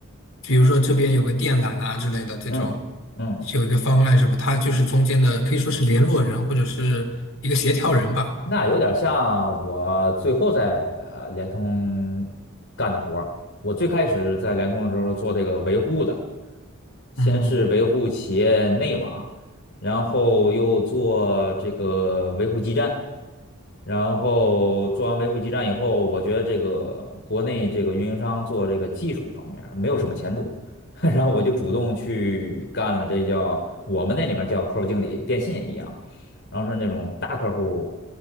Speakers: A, on the left; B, on the left.
A: 比如说这边有个电缆啊之类的这种，
B: 嗯嗯，
A: 有一个方案什么，他就是中间的，可以说是联络人或者是一个协调人吧。
B: 那有点像我最后在呃联通干的活儿。我最开始在联通的时候做这个维护的，先是维护企业内网，
A: 嗯。
B: 然后又做这个维护基站。然后做完维护基站以后，我觉得这个国内这个运营商做这个技术方面儿没有什么前途，<laughs> 然后我就主动去干了，这叫我们那里面叫客户经理，电信也一样，然后是那种大客户